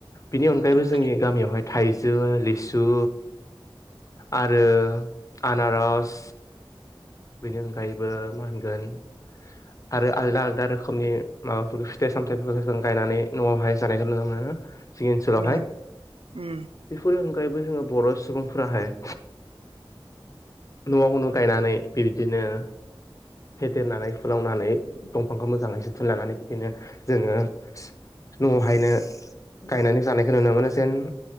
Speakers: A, on the left; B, on the right.
A: बिनि अनगायैबो
B: औ
A: जोंनि गामियावहाय थाइजौ लिसु, आरो आनारस, बेनि अनगायैबो मा होनगोन, आरो आलदा आलदा रोखोमनि माबाफोरखौ फिथाइ सामथायफोरखौ जों गायनानै न'आवहाय, जानायखौ नुनो मोनो जोंनि ओनसोलावहाय,
B: उम उम
A: बेफोरनि अनगायैबो जोङो बर' सुबुंफोराहाय, न'आवनो गायनानै बिबदिनो फेदेरनानै फुोलावनानै दंफांखौ मोजाङै जोथोन लानानै बिदिनो जोङो न'आवहायनो गायनानै जानायखौ नुनो मोनो जेन